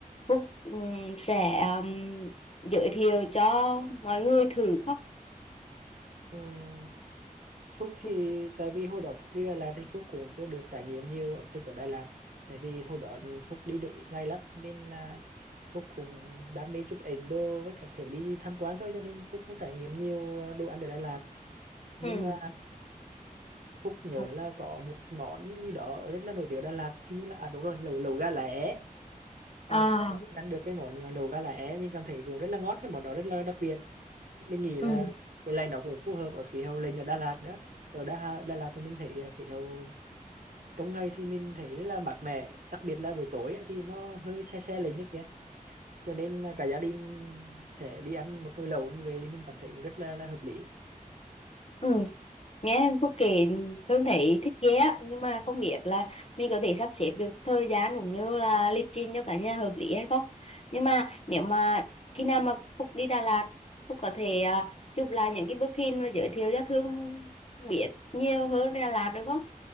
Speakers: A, on the left; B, on the right.
A: Phúc ừm, sẽ ừm, giới thiệu cho mọi người thử không?
B: Ừ, Phúc thì
A: Phúc-
B: tại vì hồi đó Phúc đi Đà Lạt thì Phúc cũng chưa được trải nghiệm nhiều ẩm thực ở Đà Lạt tại vì hồi đó Phúc đi được ít ngày lắm cho nên là Phúc cũng đam mê chụp ảnh đồ với các thứ đi tham quan thôi cho nên Phúc cũng trải nghiệm nhiều à, đồ ăn ở Đà Lạt nhưng
A: Ừ.
B: mà Phúc nhớ
A: Phúc-
B: là có một món gì đó rất là nổi tiếng ở Đà Lạt thì như là à đúng rồi lẩu lẩu gà lá é
A: à
B: Ờ, Phúc có ăn được cái món là lẩu gà lá é mình cảm thấy cũng rất là ngon cái món đó rất là đặc biệt mình nghĩ
A: ừ.
B: là với lại nó cũng phù hợp ở khí hậu lên ở Đà Lạt nữa ở Đà, Đà Lạt thì mình thấy ờ, khí hậu trong ngày thì mình thấy rất là mát mẻ đặc biệt là buổi tối ấy, thì nó hơi se se lên nước kia cho nên mà cả gia đình sẽ đi ăn một nồi lẩu như vậy thì mình cảm thấy cũng rất là, là hợp lý
A: ừ nghe Phúc kể Thương thấy thích ghê á nhưng mà không biết là mình có thể sắp xếp được thời gian cũng như là lịch trình cho cả nhà hợp lý hay không nhưng mà nếu mà khi nào mà Phúc đi Đà Lạt Phúc có thể à, chụp lại những cái bức hình và giới thiệu cho Thương biết nhiều hơn về Đà Lạt được không